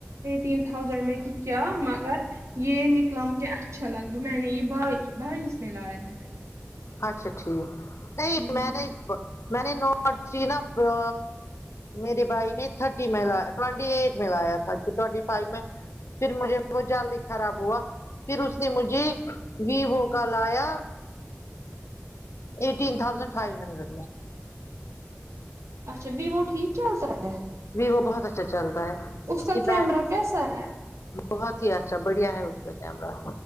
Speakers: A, on the right; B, on the left.
A: ایٹین تھاؤزنڈ میں کی کیا مگر یہ نکلا مجھے اچھا لگ ب میں نے یہ بائیس میں لایا ہے نے
B: اچھا ٹھیک نہیں
A: یہ
B: میں
A: ہ
B: نہیں <unintelligible> میرے بھائی نے تھرٹی میں لا ٹوئنٹی ایٹ میں لایا تھا ٹینٹی فائیو میں پھر مجھے وہ جلدی خراب ہوا پھر اس نے مجھے ویوو کا لایا ایٹین تھاؤزینڈ فائیو ہنڈریڈ میں
A: اچھا ویو ٹھیک چل تا ہے
B: ویو بہت اچھا چلتا ہے اس
A: کا
B: کی
A: کیمرہ
B: بیٹ
A: کیسا ہے
B: بہت ہی اچھا بڑھیا ہے اس کا کیمرہ